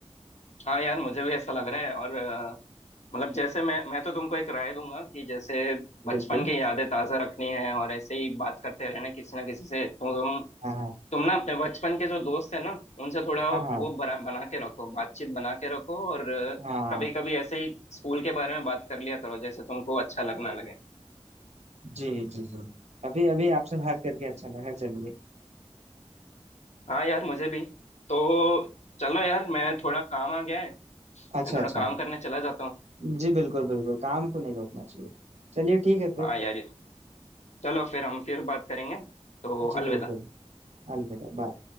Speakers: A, on the left; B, on the right.
A: हाँ यार मुझे भी ऐसा लग रहा है और अ, मतलब जैसे मैं मैं तो तुमको एक राय दूंगा कि जैसे बचपन
B: बिल्कुल
A: की यादें ताजा रखनी है और ऐसे ही बात करते रहना किसी ना किसी से तो तुम
B: हाँ
A: तुम ना अपने बचपन के जो दोस्त है ना उनसे थोड़ा
B: हाँ
A: वो
B: हाँ
A: बना, बना के रखो बातचीत बना के रखो और
B: हाँ
A: कभी कभी ऐसे ही स्कूल के बारे में बात कर लिया करो जैसे तुमको अच्छा लगना लगे
B: जी जी जी अभी अभी आपसे बात करके अच्छा लगा चलिए
A: हाँ यार मुझे भी तो चलो यार मैं थोड़ा काम आ गया है
B: अच्छा
A: मैं थोड़ा
B: अच्छा
A: काम करने चला जाता हूँ
B: जी बिल्कुल बिल्कुल काम को नहीं रोकना चाहिए चलिए ठीक है फिर
A: हाँ यार चलो फिर हम फिर बात करेंगे तो
B: जी
A: अलविदा
B: बिल्कुल अलविदा बाय